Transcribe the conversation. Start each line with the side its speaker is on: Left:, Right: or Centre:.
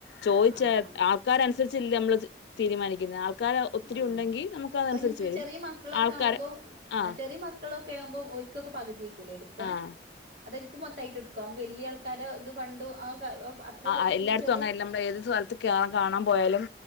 Left: ചോദിച്ച്
Right: ആഹ് ആഹ് ആഹ് ആഹ്
Left: ആൾക്കാര് അനുസരിച്ച് ച്ചില്ലെ നമ്മള് അത് തീരുമാനിക്കുന്നത് ആൾ ക്കാര് ഒത്തിരി
Right: ആഹ്
Left: ഉണ്ടെങ്കി നമുക്ക് അതനുസരിച്ച്
Right: അത് ഇനിപ്പോ
Left: വരും
Right: ചെറിയ മക്കളൊക്കെ
Left: ആൾക്കാര്
Right: ആവുമ്പോ
Left: ആ
Right: ചെറിയ മക്കളൊക്കെ ആവുമ്പോ ഓൽ ക്കെ പകുതി ക്കുല്ലേ എടുക്ക
Left: ആ
Right: അതോൽക്കും മൊത്തായിട്ട് എടുക്കുവോ വെല്ല്യ ആൾക്കാരെ ഇതു ഫണ്ടും ആ ക- അത്ര
Left: ആ
Right: പൈസന്നെ
Left: ആഹ് എല്ലായിടത്തും
Right: ചെറിയ
Left: അങ്ങനെയല്ല നമ്മള് ഏത് സ്ഥലത്ത് കേറാൻ കാണാൻ പോയാലും